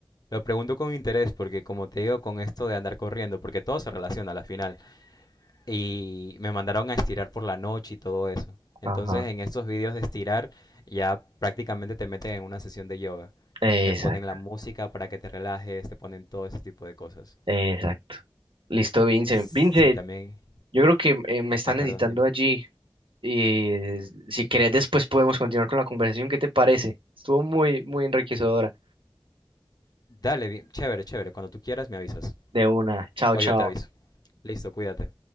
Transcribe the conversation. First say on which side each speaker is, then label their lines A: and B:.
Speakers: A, on the left; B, on the right.
A: lo pregunto con interés porque, como te digo, con esto de andar corriendo, porque todo se relaciona a la final. y me mandaron a estirar por la noche y todo eso. Entonces
B: ajá,
A: en estos vídeos de estirar ya prácticamente te meten en una sesión de yoga.
B: exacto,
A: Te ponen la música para que te relajes, te ponen todo ese tipo de cosas.
B: exacto. Listo, Vince.
A: Sí,
B: Vince,
A: también...
B: yo creo que eh, me están
A: Ah,
B: necesitando
A: perdón, dime.
B: allí, y eh, si querés después podemos continuar con la conversación, ¿qué te parece? Estuvo muy, muy enriquecedora.
A: Dale, bien, chévere, chévere. Cuando tú quieras me avisas.
B: De una, chao,
A: O
B: chao.
A: yo te aviso. Listo, cuídate.